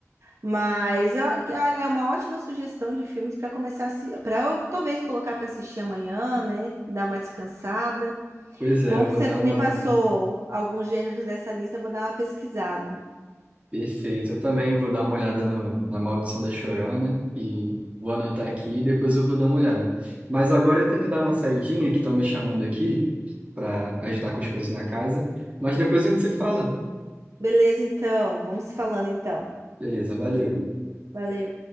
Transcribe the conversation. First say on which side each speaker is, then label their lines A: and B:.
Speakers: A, on the right; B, on the right.
A: Mas eu- que, olha, é uma ótima sugestão de filmes para começar a para eu talvez colocar para assistir amanhã, né? Dar uma descansada.
B: Pois é,
A: Bom
B: eu
A: que
B: vou
A: você
B: dar
A: me
B: uma
A: passou alguns gêneros dessa lista, eu vou dar uma pesquisada.
B: Perfeito. Eu também vou dar uma olhada no, na Maldição da Chorona né, e vou anotar aqui e depois eu vou dar uma olhada. Mas agora eu tenho que dar uma saidinha que estão me chamando aqui para ajudar com as coisas na casa. Mas depois a gente se fala.
A: Beleza, então, vamos se falando então.
B: Beleza, valeu.
A: Valeu.